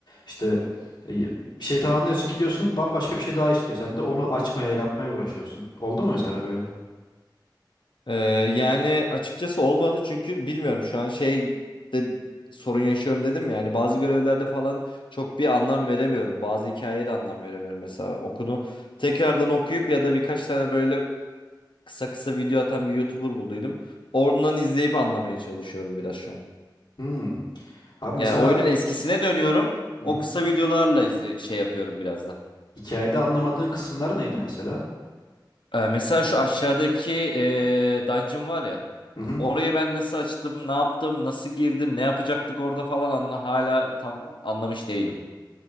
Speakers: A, on the left; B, on the left.
A: İşte e, bir şey tamamlıyorsun gidiyorsun bambaşka bir şey daha istiyor. Sen de onu açmaya yapmaya uğraşıyorsun. Oldu mu mesela böyle?
B: Ee, yani açıkçası olmadı çünkü bilmiyorum şu an şey de sorun yaşıyorum dedim ya. Yani bazı görevlerde falan çok bir anlam veremiyorum. Bazı hikayeye de anlam veremiyorum mesela. Okunu tekrardan okuyup ya da birkaç tane böyle kısa kısa video atan bir YouTuber bulduydum. Oradan izleyip anlamaya çalışıyorum biraz şu an.
A: Hmm. Abi mesela
B: Yani oyunun eskisine dönüyorum.
A: hı
B: O
A: hı.
B: kısa videolarla izle şey yapıyorum biraz da.
A: Hikayede anlamadığın kısımlar neydi mesela?
B: Ee, mesela şu aşağıdaki ee, dungeon var ya.
A: Hı hı.
B: Orayı ben nasıl açtım, ne yaptım, nasıl girdim, ne yapacaktık orada falan anla hala tam anlamış değilim.